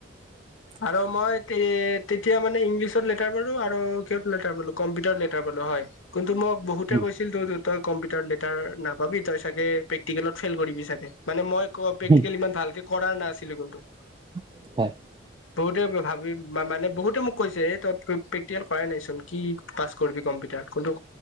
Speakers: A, on the right; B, on the left.
A: <inaudible>
B: আৰু মই তে-তেতিয়া মানে ইংলিছত লেটাৰ পালোঁ, আৰু কিহত লেটাৰ পালোঁ কম্পিউটাৰ লেটাৰ পালোঁ হয়। কিন্তু মোক বহুতে
A: উম
B: কৈছিল তো-তো তই কম্পিউটাৰত লেটাৰ নাপাবি তই চাগে প্ৰেটিকেলত ফেইল কৰিবি চাগে, মানে মই ক-প্ৰেকিকেল
A: উম
B: ইমান ভালকে কৰাৰ নাছিলোঁ কিন্তু।
A: <inaudible> হয়।
B: বহুতে ভাবি মা-মানে বহুতে মোক কৈছে তই পে-প্ৰেক্টিকেল কৰাই নাইচোন, কি পাচ কৰিবি কম পিটাৰত কোনটো